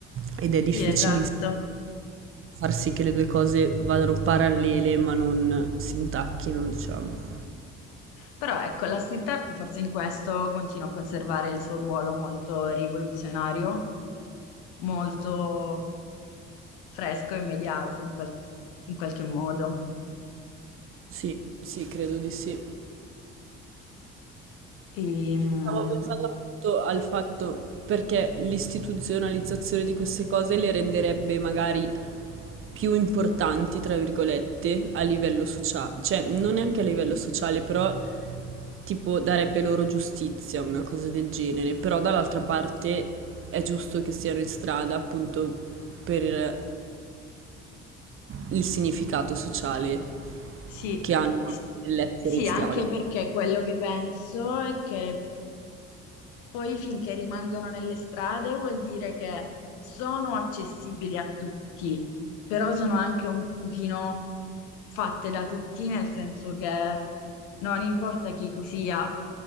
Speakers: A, on the right; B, on the left.
A: ed è difficilissimo
B: sì, esatto.
A: far sì che le due cose vadano parallele ma non si intacchino, diciamo.
B: Però ecco, la street art forse in questo continua a conservare il suo ruolo molto rivoluzionario, molto fresco e immediato in, qual- in qualche modo.
A: Sì, sì, credo di sì.
B: E, mm,
A: Stavo pensando appunto al fatto perché l'istituzionalizzazione di queste cose le renderebbe magari più importanti, tra virgolette, a livello sociale, cioè non neanche a livello sociale, però tipo darebbe loro giustizia, una cosa del genere, però dall'altra parte è giusto che siano in strada appunto per il significato sociale
B: sì,
A: che hanno
B: S-
A: nell'essere
B: sì,
A: in strada.
B: anche perché quello che penso è che Poi finché rimangono nelle strade vuol dire che sono accessibili a tutti, però sono anche un pochino fatte da tutti, nel senso che non importa chi tu sia,